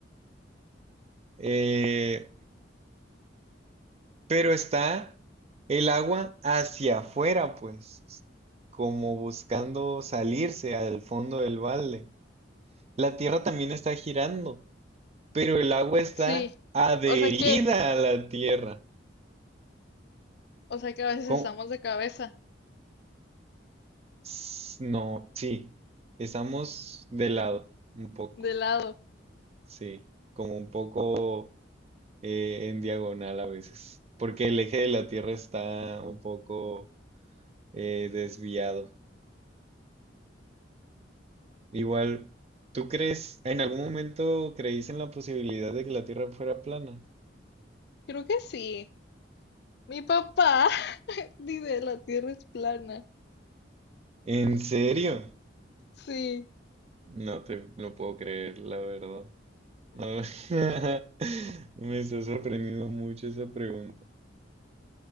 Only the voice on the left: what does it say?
Sí,
o sea que,
o sea que a veces
estamos de cabeza,
de lado.
Creo que sí. Mi papá <laughs> dice la Tierra es plana.
Sí,